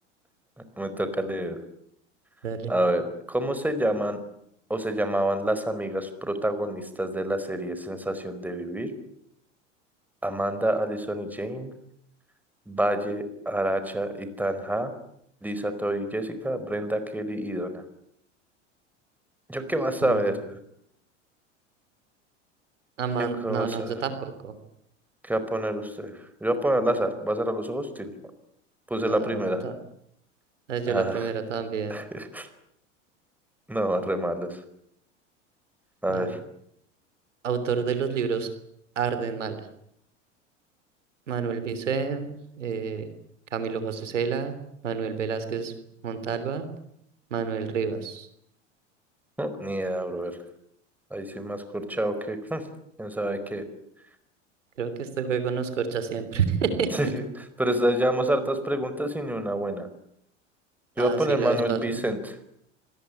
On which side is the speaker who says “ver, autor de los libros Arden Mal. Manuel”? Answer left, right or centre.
Right